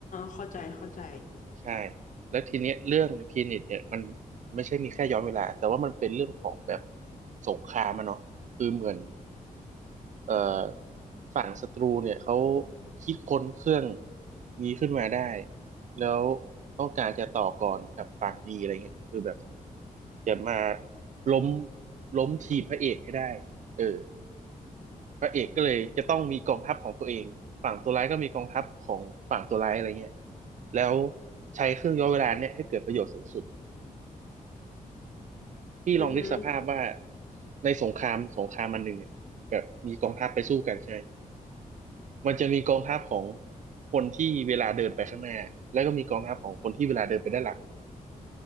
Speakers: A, on the left; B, on the right.
A: เข้าใจเข้าใจ
B: ใช่แล้วทีเนี้ยเรื่องทีนิตเนี่ยมันไม่ใช่มีแค่ย้อนเวลาแต่ว่ามันเป็นเรื่องของแบบสงครามอะเนาะคือเหมือนเอ่อฝั่งศัตรูเนี่ยเขาคิดค้นเครื่องนี้ขึ้นมาได้แล้วต้องการจะต่อก่อนกับฝั่งดีอะไรเงี้ยคือแบบจะมาล้มล้มทีมพระเอกให้ได้เออ พระเอกก็เลยจะต้องมีกองทัพของตัวเองฝั่งตัวร้ายก็มีกองทัพของฝั่งตัวร้ายอะไรเงี้ยแล้วใช้เครื่องย้อนเวลาเนี่ยให้เกิดประโยชน์สูงสุดพี่ลองนึกสภาพว่า
A: อือฮึ
B: ในสงครามสงครามมันหนึ่งเนี่ยแบบมีกองทัพไปสู้กันใช่ไหมมันจะมีกองทัพของคนที่เวลาเดินไปข้างหน้าแล้วก็มีกองทัพของคนที่เวลาเดินไปด้านหลัง